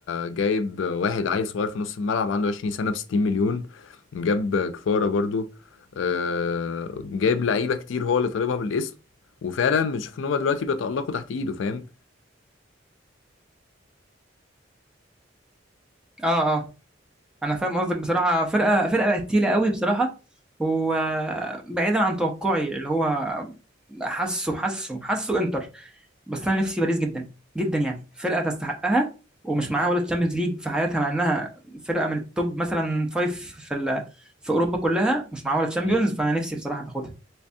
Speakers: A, on the left (about 75°); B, in the centre.
A: جايب واحد عيل صغير في نص الملعب عنده 20 سنة ب 60 مليون جاب كفارة برضو آه، جايب لعيبة كتير هو اللي طالبها بالاسم وفعلا بنشوف ان هما دلوقتي بيتألقوا تحت ايده فاهم
B: اه اه انا فاهم قصدك بصراحه فرقه فرقه بقت تقيله قوي بصراحه وبعيدا عن توقعي اللي هو حاسه حاسه حاسه انتر بس انا نفسي باريس جدا جدا يعني فرقه تستحقها ومش معاها ولا تشامبيونز ليج في حياتها مع انها فرقه من التوب مثلا فايف في ال... في اوروبا كلها مش معاها ولا تشامبيونز
A: مم.
B: فانا نفسي بصراحه تاخدها